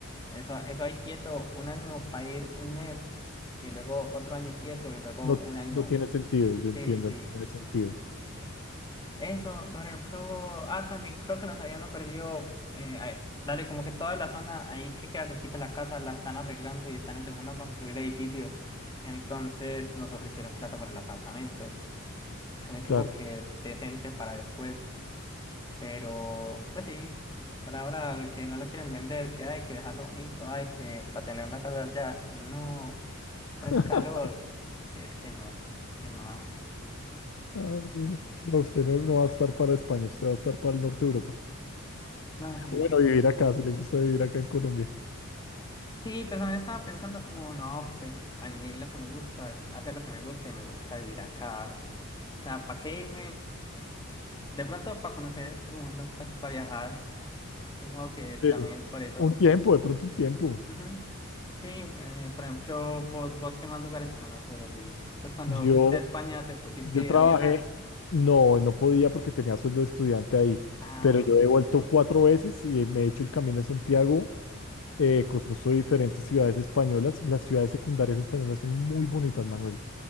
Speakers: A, on the left; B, on the left.
A: Eso, eso ahí quieto un año para ir un mes y luego otro año quieto y luego
B: no,
A: un año.
B: no tiene sentido, yo entiendo,
A: Sí, sí, sí.
B: no tiene sentido,
A: Eso, por ejemplo, ah, también creo que nos habían ofrecido, eh, ay, dale, como que toda la zona ahí que queda cerquita de la casa la están arreglando y están empezando a construir edificios. Entonces nos ofrecieron plata para el apartamento. También
B: claro.
A: supongo que decente para después. Pero, pues sí, por ahora el que no lo quieren vender, que hay que dejarlo bonito, hay que para tener una casa allá, no, con
B: <laughs>
A: ese calor, es que, es que no da, es que no da.
B: Ay, No, usted no, no va a estar para España, usted va a estar para el norte de Europa.
A: No, sí.
B: O bueno, vivir acá, si le gusta vivir acá en Colombia.
A: Sí, pues también estaba pensando como, no, pues a mí lo que me gusta es hacer lo que me gusta y me gusta vivir acá. O sea, ¿para qué irme? De pronto para conocer el mundo, pues para viajar. Supongo que también
B: Sí.
A: por eso.
B: Un tiempo, de pronto un tiempo.
A: Ujú. Sí, eh, por ejemplo, vos, vos qué más lugares conoces así. Pues cuando
B: Yo,
A: fuiste a España te pusiste
B: Yo trabajé,
A: a viajar.
B: no, no podía porque tenía sueldo de estudiante ahí,
A: Ah,
B: pero yo he vuelto
A: ah.
B: cuatro veces y me he hecho el Camino de Santiago, eh, conozco diferentes ciudades españolas. Las ciudades secundarias españolas son muy bonitas, Manuel,